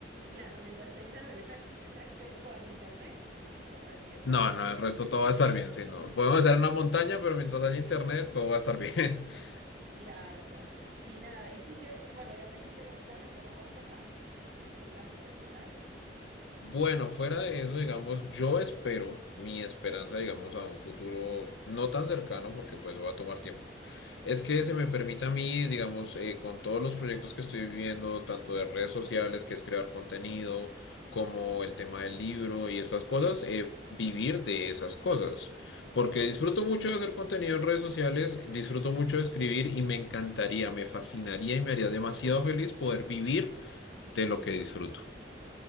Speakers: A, on the right (about 50°); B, on the left (about 80°).
A: Claro, mientras tengas ese, ac- ese acceso al internet, no te importa en qué lugar
B: No,
A: estés.
B: no, el resto
A: <laughs>
B: todo va a estar bien, si
A: Está
B: no.
A: muy
B: Podemos
A: bien.
B: estar en una montaña, pero mientras haya internet, todo va a estar bien. <laughs>
A: Claro, claro. Y nada, y tú que, bueno, ya me dijiste los planes, pero otro más, el plan profesional,
B: Bueno, fuera de eso, digamos, yo espero, mi esperanza, digamos, a un futuro no tan cercano, porque pues va a tomar tiempo. Es que se me permite a mí, digamos, eh, con todos los proyectos que estoy viviendo, tanto de redes sociales, que es crear contenido, como el tema del libro y estas cosas, eh, vivir de esas cosas. Porque disfruto mucho de hacer contenido en redes sociales, disfruto mucho de escribir y me encantaría, me fascinaría y me haría demasiado feliz poder vivir de lo que disfruto.